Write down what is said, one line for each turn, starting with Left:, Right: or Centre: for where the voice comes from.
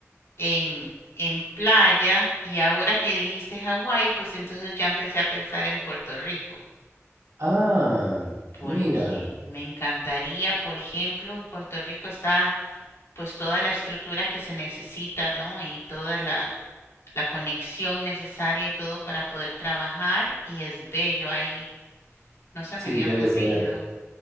Left: en, en playa y ahora que dijiste Hawái, pues entonces ya empecé a pensar en Puerto Rico,
Right: Ah,
Left: porque
Right: mira,
Left: me encantaría, por ejemplo, en Puerto Rico está pues toda la estructura que se necesita, ¿no? Y toda la, la conexión necesaria y todo para poder trabajar y es bello ahí. No se
Right: sí,
Left: me había
Right: debe
Left: ocurrido.
Right: ser.